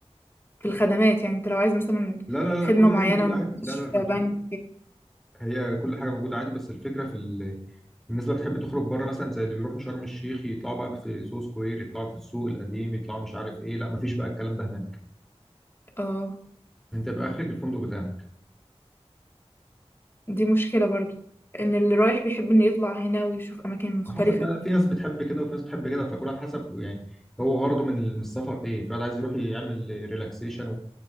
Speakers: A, on the left (about 20°); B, in the centre.
A: في الخدمات يعني انت لو عايز مثلا
B: لا لا لا
A: خدمة
B: كل
A: معينة
B: حاجه موجوده عادي
A: مستشفى
B: لا لا ما انت
A: بنك
B: هي كل حاجه موجوده عادي بس الفكره في ال... الناس اللي بتحب تخرج بره مثلا زي اللي بيروحوا شرم الشيخ يطلعوا بقى في سو سكوير يطلعوا في السوق القديم يطلعوا مش عارف ايه لا ما فيش بقى الكلام ده هناك
A: اه
B: انت يبقى اخرك الفندق بتاعك
A: دي مشكلة برضو ان اللي رايح بيحب انه يطلع هنا ويشوف اماكن مختلفة
B: وحسب بقى في ناس بتحب كده وفي ناس بتحب كده فكل واحد حسب يعني هو غرضه من السفر ايه في واحد عايز يروح يعمل ريلاكسيشن